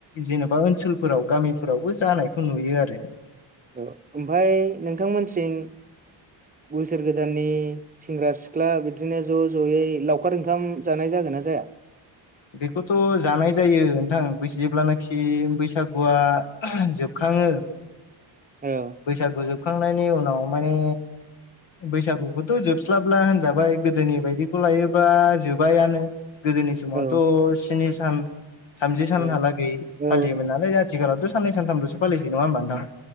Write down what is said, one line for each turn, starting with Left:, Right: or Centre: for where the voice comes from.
Left: जेनेबा ओनसोलफोराव गामिफोरावबो जानायखौ नुयो आरो
Right: औ ओमफाय नोंथांमोनथिं
Left: <inaudible>
Right: बोसोर गोदाननि सेंग्रा सिख्ला बिदिनो ज' ज'यै लावखार ओंखाम जानाय जागोन ना जाया <unintelligible>
Left: बेखौथ' जानाय जायो नोंथां बै जेब्लानाखि बैसागुआ जोबखां खाङो
Right: औ
Left: बैसागु जोबखांनायनि उनाव माने बैसागुखौथ' जोबस्लाबब्ला होनजाबाय गोदोनि बायदिखौ लायोबा जोबायानो गोदोनि समावथ'
Right: औ
Left: स्नि सान थामजि सानहालागै
Right: औ औ
Left: फालियोमोन नालाय आथिखालावथ' साननै सानथामल'सो फालिसै नङा होमबा नोंथां